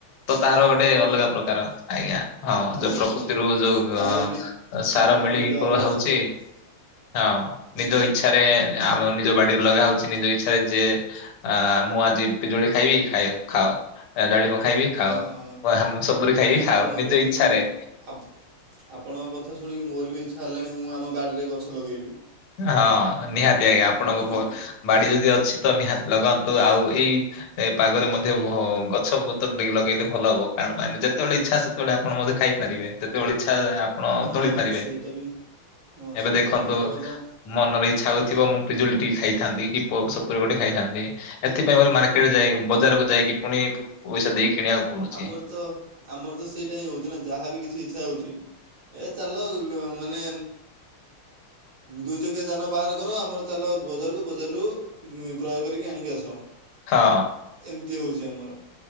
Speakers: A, on the left; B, on the right.
A: ତ ତାହାର ଗୋଟେ
B: ଆଜ୍ଞା
A: ଅଲଗା ପ୍ରକାର ଆଜ୍ଞା ହଁ
B: ହଁ
A: ଯୋଉ ପ୍ରକୃତିରୁ ଯୋଉ
B: ତାର
A: ଅ
B: ବି
A: ସାର
B: ତାର ବି
A: ମିଳିକି
B: ମଜା ଅଲଗା
A: କରା ହଉଚି।
B: ଥିବ। <inaudible>
A: ହଁ
B: ହୁଁ
A: ନିଜ ଇଚ୍ଛାରେ ଆମ ନିଜ ବାଡିରୁ ଲଗା ହଉଚି ନିଜ ଇଚ୍ଛାରେ ଯ ଆ ମୁଁ ଆଜି ପିଜୁଳି ଖାଇବି ଖାଇ ଖାଅ ଡାଳିମ ଖାଇବି
B: ଆଚ୍ଛା
A: ଖାଅ
B: ହଁ।
A: ମ ସବୁରି ଖାଇବି
B: ନାଇଁ ଆପଣଙ୍କ
A: ଖାଅ ନିଜ
B: କଥା
A: ଇଚ୍ଛାରେ।
B: ଶୁଣି ଆପ ଆପଣଙ୍କ କଥା ଶୁଣିକି ମୋର ବି ଇଚ୍ଛା ହେଲାଣି ମୁଁ ଆମ ବାଡ଼ିରେ ଗଛ ଲଗେଇବି।
A: ହଁ ନିହାତି ଆଜ୍ଞା ଆପଣଙ୍କ
B: ଆଜ୍ଞା
A: ପୁ ବାଡି ଯଦି ଅଛି ତ ନିହାତି ଲଗାନ୍ତୁ। ଆଉ ଏଇ ଏ ପାଗରେ ମଧ୍ୟ ଗଛ ପତ୍ର ଟିକେ ଲଗେଇଲେ ଭଲ ହବ କାରଣ ମାନେ ଯେତେବେଳେ ଇଚ୍ଛା ସେ ସେତେବେଳେ ଆପଣ ମଧ୍ୟ ଖାଇପାରିବେ ଯେତେବେଳେ ଇଛା ଆପଣ
B: ହଁ
A: ତୋଳି ପାରିବେ।
B: ସେଇଟା ବି ହଁ ସେଇଟା
A: ଏବେ ଦେଖନ୍ତୁ
B: ବି ସତ କଥା
A: ମନର ଇଚ୍ଛା ହଉଥିବ ମୁଁ ପିଜୁଳି ଟି ଖାଇଥାନ୍ତି କି ପ ସପୁରୀ ଗୋଟେ ଖାଇଥାନ୍ତି। ଏଥିପାଇଁ ବୋଧେ ମାର୍କେଟ
B: ହୁଁ
A: ଯାଇ ବଜାରକୁ ଯାଇକି ପୁଣି ପଇସା ଦେଇକି କିଣିବାକୁ ପଡୁଚି।
B: ଆମର ତ ଆମର ତ ସେଇଟା ହିଁ ହଉଛି ନା ଯାହାବି କିଛି ଇଚ୍ଛା ହଉଛି ଏ ଚାଲ ଉ ମାନେ ଦୁଇ ଚକିଆ ଯାନ ବାହାର କର ଆମର ଚାଲ ବଜାରକୁ ବଜାରରୁ କ୍ରୟ କରିକି ଆଣିକି ଆସ।
A: ହଁ।
B: ଏମିତି ହଉଛି ଆମର।